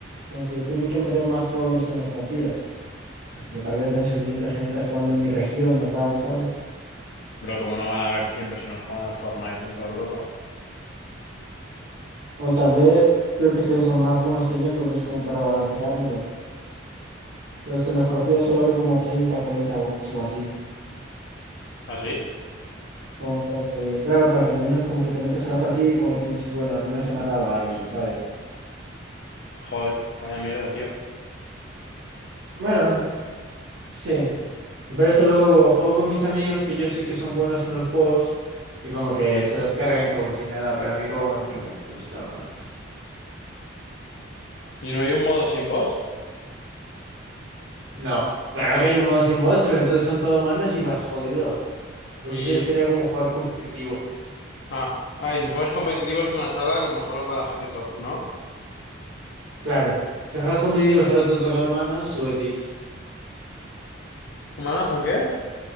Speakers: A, on the right; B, on the left.
A: como que tienen que meter más jugadores en las partidas. Porque tal vez no hay suficiente gente jugando en mi región o tal, ¿sabes?
B: Pero como no van a haber 100 personas jugando al Fortnite en toda Europa.
A: O tal vez, yo que sé, son más buenos que yo, entonces como para balanceármelo Entonces, en las partidas suele haber como 30 40 bots o así.
B: ¿Ah, sí?
A: Como para que, claro, para que al menos como que te metas a la partida y como que pienses, bueno, al menos he matado a alguien, ¿sabes?
B: Joder, vaya mierda, tío.
A: Bueno, sí. Pero es que luego juego con mis amigos que yo sí que son buenos en los juegos y como que se los cargan como si nada, pero a mí como que me cuesta más.
B: ¿Y no hay un modo sin bots?
A: No, claro
B: Y,
A: que hay un modo sin bots, pero entonces son todo humanos y vas jodido, porque
B: y,
A: eso ya sería como jugar competitivo.
B: ah, ah, y si juegas competitivo es una sala como solo para gente top, ¿no?
A: Claro, si juegas competitivo solo te tocan humanos, suetis.
B: ¿Humanos o qué?